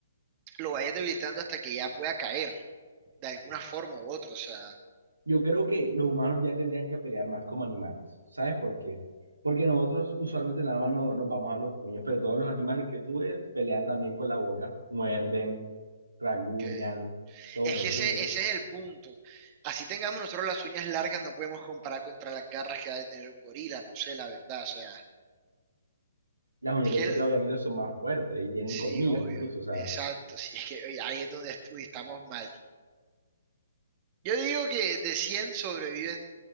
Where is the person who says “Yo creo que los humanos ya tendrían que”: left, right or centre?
Right